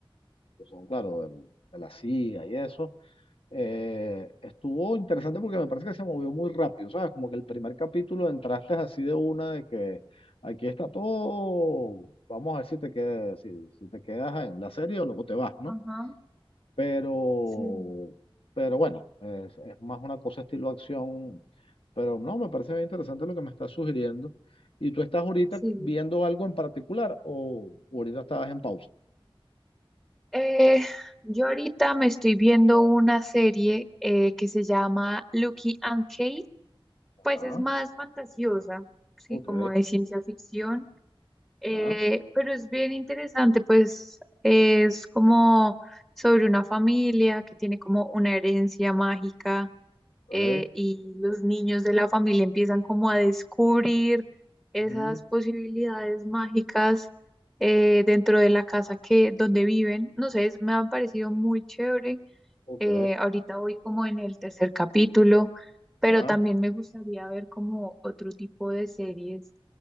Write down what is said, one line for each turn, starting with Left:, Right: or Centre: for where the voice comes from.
Left: que son, claro, del- de la CIA y eso eh, estuvo interesante porque me parece que se movió muy rápido, ¿sabes? Como que el primer capítulo entraste así de una de que aquí está todo, vamos a ver si te quedas, si, si te quedas en la serie o luego te vas, ¿no?
Centre: ajá,
Left: Pero,
Centre: sí,
Left: pero bueno, es, es más una cosa estilo acción, pero no, me parece bien interesante lo que me estás sugiriendo. ¿Y tú estás ahorita
Centre: sí.
Left: viendo algo en particular o ahorita estabas en pausa?
Centre: Eh, yo ahorita me estoy viendo una serie eh, que se llama Lucky and Kate,
Left: Ajá,
Centre: pues es más fantasiosa, sí,
Left: ok,
Centre: como de ciencia ficción, eh,
Left: ya,
Centre: pero es bien interesante, pues es como sobre una familia que tiene como una herencia mágica
Left: ok,
Centre: eh, y los niños de la familia empiezan como a descubrir esas
Left: ujú,
Centre: posibilidades mágicas eh, dentro de la casa que donde viven. No sé, es- me ha parecido muy chévere.
Left: ok,
Centre: Eh, ahorita voy como en el tercer capítulo, pero
Left: ya.
Centre: también me gustaría ver como otro tipo de series.